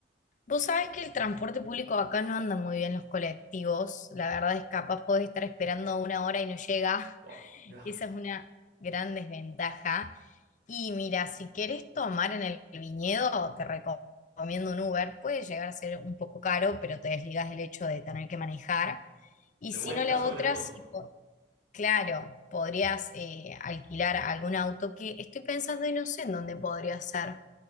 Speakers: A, on the left; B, on the right.
A: Vos sabés que el transporte público acá no andan muy bien los colectivos. La verdad es capaz podés estar esperando una hora y no llega.
B: Wow,
A: <laughs>
B: ya.
A: Esa es una gran desventaja. Y mira, si querés tomar en el viñedo, te reco- recomiendo un Uber. Puede llegar a ser un poco caro, pero te desligas del hecho de tener que manejar. Y
B: De
A: si
B: vuelta
A: no la
B: sobre
A: otra,
B: todo.
A: sí, po- claro, podrías eh, alquilar algún auto que estoy pensando y no sé en dónde podría ser.